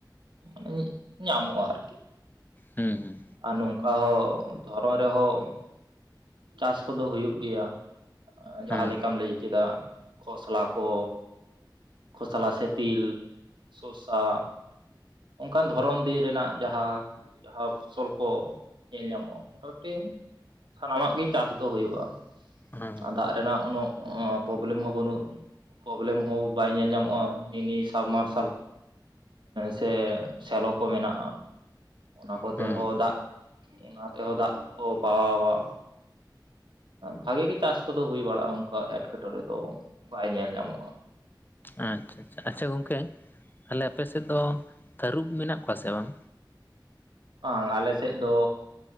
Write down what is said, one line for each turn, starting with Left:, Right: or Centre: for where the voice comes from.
Right: ᱢᱟᱱᱮ ᱧᱟᱢᱚᱜᱼᱟ ᱟᱨᱠᱤ
Left: ᱦᱮᱸ ᱦᱮᱸ
Right: ᱟᱨ ᱱᱚᱝᱠᱟ ᱦᱚᱸ ᱫᱷᱚᱨᱚᱱ ᱨᱮᱦᱚᱸ ᱪᱟᱥ ᱠᱚᱫᱚ ᱦᱩᱭᱩᱜ ᱜᱮᱭᱟ ᱡᱟᱦᱟᱸ
Left: ᱦᱩᱸ
Right: ᱞᱮᱠᱟᱢ ᱞᱟᱹᱭ ᱠᱮᱫᱟ ᱠᱷᱚᱥᱞᱟ ᱠᱚ ᱠᱷᱳᱥᱟᱞᱟ ᱥᱮ ᱛᱤᱞ ᱥᱳᱥᱟ ᱚᱱᱠᱟᱱ ᱫᱷᱚᱨᱚᱱ ᱫᱤᱱ ᱨᱮᱱᱟᱜ ᱡᱟᱦᱟᱸ ᱡᱟᱦᱟᱸ ᱯᱷᱚᱥᱚᱞ ᱠᱚ ᱧᱮᱞ ᱧᱟᱢᱚᱜᱼᱟ ᱢᱚᱴᱟᱢᱩᱴᱤ ᱥᱟᱱᱟᱢᱟᱜ ᱜᱮ ᱪᱟᱥ ᱫᱚ ᱦᱳᱭᱳᱜᱼᱟ
Left: ᱦᱩᱸ
Right: ᱟᱨ ᱫᱟᱜ ᱨᱮᱱᱟᱜ ᱩᱱᱟᱹᱜ ᱯᱨᱚᱵᱞᱮᱢ ᱦᱚᱸ ᱵᱟᱹᱱᱩᱜ ᱯᱨᱚᱵᱞᱮᱢ ᱦᱚᱸ ᱵᱟᱭ ᱧᱮᱞ ᱧᱟᱢᱚᱜᱼᱟ ᱢᱤᱱᱤ ᱥᱟᱵ ᱢᱟᱨᱥᱟᱞ ᱥᱮ ᱥᱮᱞᱚ ᱠᱚ ᱢᱮᱱᱟᱜᱼᱟ ᱚᱱᱟ ᱠᱚᱛᱮ
Left: ᱦᱩᱸ
Right: ᱦᱚᱸ ᱫᱟᱜ ᱚᱱᱟ ᱛᱮᱦᱚᱸ ᱫᱟᱜ ᱠᱚ ᱯᱟᱣᱟᱣᱟ ᱵᱷᱟᱜᱮ ᱜᱮ ᱪᱟᱥ ᱠᱚᱫᱚ ᱦᱩᱭ ᱵᱟᱲᱟᱜᱼᱟ ᱚᱱᱠᱟ ᱮᱴᱠᱮᱴᱚᱬᱮ ᱫᱚ ᱵᱟᱭ ᱧᱮᱞ ᱧᱟᱢᱚᱜᱼᱟ
Left: ᱟᱪᱪᱷᱟ ᱪᱷᱟ ᱟᱪᱪᱷᱟ ᱜᱚᱝᱠᱮ ᱛᱟᱦᱞᱮ ᱟᱯᱮ ᱥᱮᱫ ᱫᱚ ᱛᱟᱹᱨᱩᱵ ᱢᱮᱱᱟᱜ ᱠᱚᱣᱟ ᱥᱮ ᱵᱟᱝ
Right: ᱵᱟᱝ ᱟᱞᱮᱥᱮᱫ ᱫᱚ